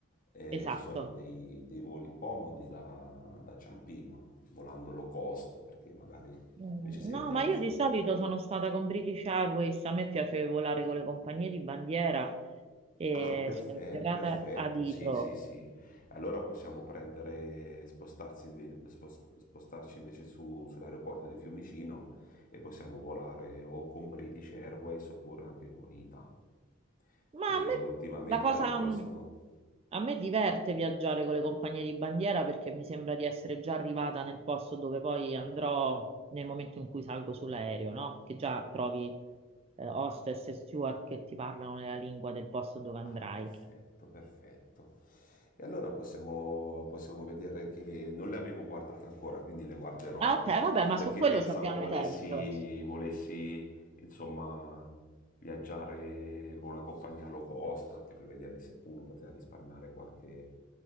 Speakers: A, on the left (about 40°); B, on the right (about 30°).
A: eh,
B: Esatto.
A: ci sono dei, dei voli comodi da, da Ciampino, volando low cost, perché magari
B: Mm,
A: invece se
B: No,
A: andiamo
B: ma io
A: su
B: di
A: più...
B: solito sono stata con British Airways, a me piace volare con le compagnie di bandiera e
A: Ah, perfe-
B: sono atterrata
A: perfetto,
B: a Heathrow.
A: sì, sì, sì. Allora possiamo prendere, spostarsi inve- spo- spo- spostarci invece su- sull'aeroporto di Fiumicino e possiamo volare o con British Airways oppure anche con ITA.
B: Ma
A: che
B: a me
A: ultimamente
B: la cosa,
A: ha ripreso.
B: mm, a me diverte viaggiare con le compagnie di bandiera perché mi sembra di essere già arrivata nel posto dove poi andrò nel momento in cui salgo sull'aereo, no? Che già trovi eh, hostess e steward che ti parlano nella lingua del posto dove andrai.
A: Ah, perfetto, perfetto. E allora possiamo, possiamo vedere che non le avevo guardate ancora, quindi le guarderò
B: Ah, ok, vabbè, ma
A: perché
B: su quello
A: pensavo
B: ci abbiamo
A: volessi,
B: tempo.
A: volessi insomma viaggiare con una compagnia low cost anche per vedere se uno poteva risparmiare qualche,